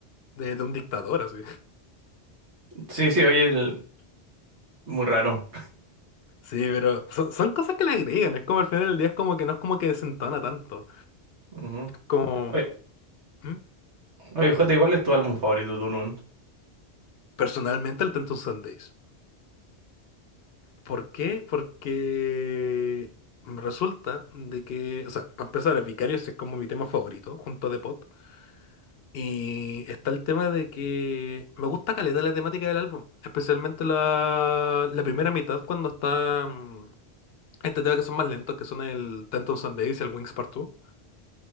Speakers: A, on the left (about 65°); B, on the right (about 80°).
A: de, de un dictador, así.
B: sí, sí, oye, el- muy raro.
A: Sí, pero son, son cosas que le agregan, es como al final del día es como que no es como que desentona tanto.
B: Ujú.
A: Como,
B: Oye,
A: ¿Mm?
B: oye, Jota, igual es tu álbum favorito, Tool? weón?
A: Personalmente el Tentu Sundays. ¿Por qué? Porque resulta de que, o sea, para empezar, el Vicarious es como mi tema favorito, junto a The Pot. Y está el tema de que me gusta caleta la temática del álbum, especialmente la, la primera mitad cuando está mm, este tema que son más lentos, que son el Ten Thousand Days y el Wings Part 2,